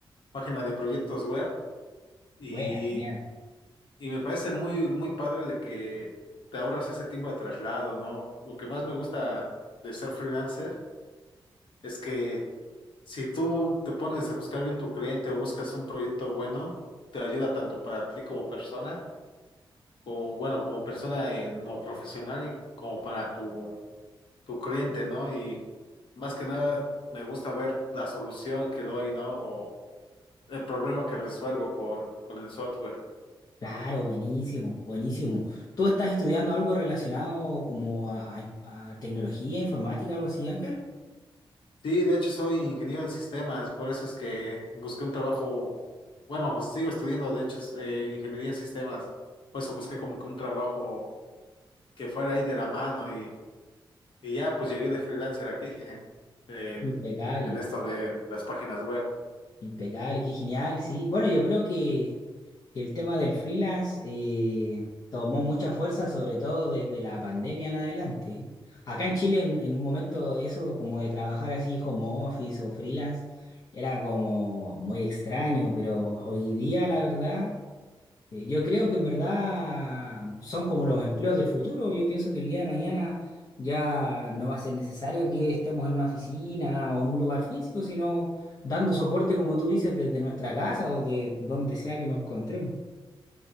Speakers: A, on the left; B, on the left.
A: página de proyectos web y,
B: Buena, genial.
A: y me parece muy, muy padre de que te ahorras ese tiempo de traslado, ¿no? Lo que más me gusta de ser freelancer es que Si tú te pones a buscar bien tu cliente o buscas un proyecto bueno, te ayuda tanto para ti como persona, como bueno, como persona en lo profesional y como para tu, tu cliente, ¿no? Y más que nada me gusta ver la solución que doy, ¿no? O el problema que resuelvo con, con el software.
B: Claro, buenísimo, buenísimo. ¿Tú estás estudiando algo relacionado como a, a- a tecnología informática, algo así, Ángel?
A: Sí, de hecho soy ingeniero en sistemas, por eso es que busqué un trabajo, bueno, sigo estudiando, de hecho, es, eh, ingeniería en sistemas, por eso busqué como que un trabajo que fuera ahí de la mano y Y ya, pues llegué de freelancer aquí, <laughs> en,
B: Impecable.
A: en esto de las páginas web.
B: Impecable, qué genial, sí. Bueno, yo creo que, que el tema del freelance eh, tomó mucha fuerza, sobre todo desde la pandemia en adelante. Acá en Chile, en, en un momento, eso como de trabajar así home office o freelance, era como muy extraño, pero hoy día, la verdad. Eh, Yo creo que en verdad son como los empleos del futuro. Yo pienso que el día de mañana ya no va a ser necesario que estemos en una oficina o en un lugar físico, sino dando soporte, como tú dices, desde nuestra casa o de donde sea que nos encontremos.